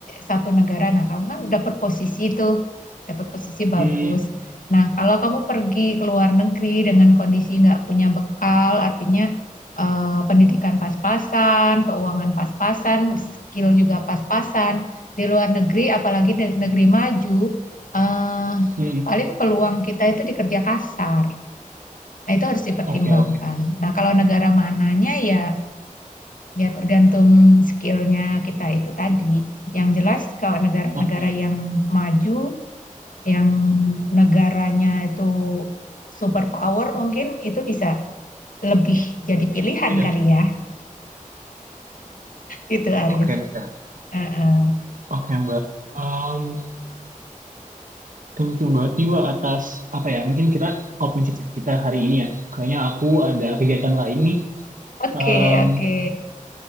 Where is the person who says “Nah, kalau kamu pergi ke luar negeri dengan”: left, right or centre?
Left